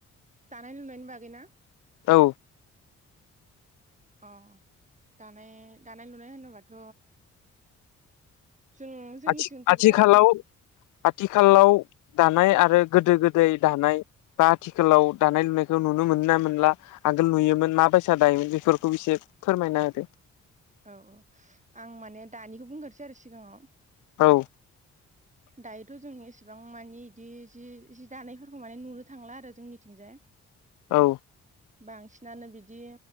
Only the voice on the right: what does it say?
दानाय लुनायनि बागैना
अ दानाय दानाय लुनाय होनोबाथ' जों जोंनिथिंथ'
दा इदि
अ
औ औ आं माने दानिखौ बुंग्रोसै आरो सिगाङाव
दायोथ' जों एसेबां माने इदि जि जि दानायफोरखौ माने नुनो थांला आरो जोंनिथिंजाय
बांसिनानो बिदि